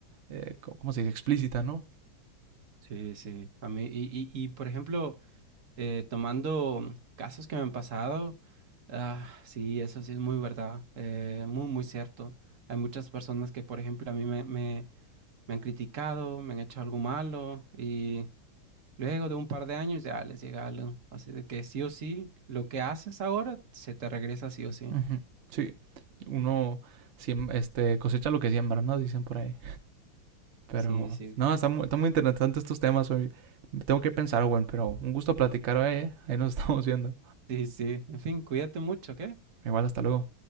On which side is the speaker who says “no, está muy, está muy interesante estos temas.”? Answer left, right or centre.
Right